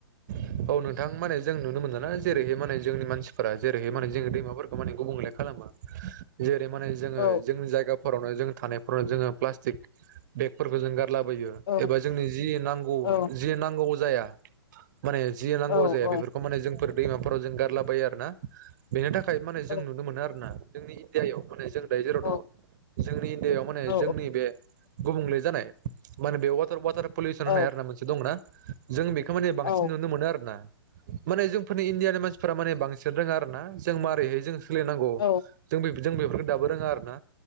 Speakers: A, on the right (about 45°); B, on the left (about 60°).
A: औ नोंथां माने जों नुनो मोनलाना जेरैहाय माने जोंनि मानसिफोरा जेरैहाय माने जोनि दैमाफोर खौ माने गुबुंले खालामो जेरै माने जोङो
B: औ
A: जोंनि जायगाफोरावनो जों थानायफोराव जोङो प्लास्टिक बेगफोरखौ जों गार लाबोयो
B: औ
A: एबा जोंनि जि नांनौ
B: औ
A: जि नांगौ जाया माने जि नांगौ
B: औ
A: जाया बेफोरखौ माने जोंफोर दैमाफोराव जों गारलाबायो आरोना बेनि थाखा खाय माने
B: औ
A: जों नुनो मोनो आरोना जोंनि इण्डियायाव माने जों दायो जेराव
B: औ
A: दङ जोंनि इण्डिायाव माने
B: औ
A: जोंनि बे गुबुंले जानाय माने बे वाटार वाटार पलिउसन
B: औ
A: होननाय आरोना मोनसे दंना जों बे खो मामे बांसिन
B: औ
A: नुनो मोनो आरोना माने जोंफोरनि इण्डियानि मानसिफोरा माने बांसिन सोद रोङा आरो ना जों मारैहाय जों सोलिनांगौ
B: औ
A: जों बै जों बेफोरखौ दाबो रोङा आरोना